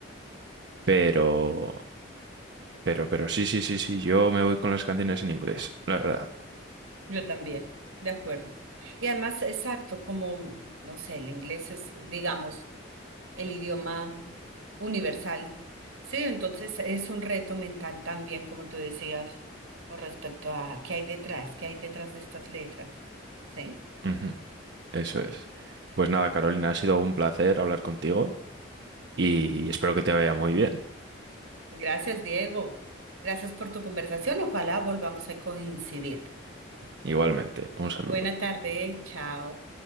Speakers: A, on the right; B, on the right.
A: Pero Pero, pero sí, sí, sí, sí, yo me voy con las canciones en inglés, la verdad.
B: Yo también, de acuerdo. Y además, exacto, como, no sé, el inglés es, digamos, el idioma universal. Sí, entonces es un reto mental también, como tú decías, con respecto a qué hay detrás, qué hay detrás de estas letras. Sí.
A: Ujú, Eso es. Pues nada, Carolina, ha sido un placer hablar contigo y espero que te vaya muy bien.
B: Gracias, Diego. Gracias por tu conversación. Ojalá volvamos a coincidir.
A: Igualmente, un saludo.
B: Buena tarde, chao.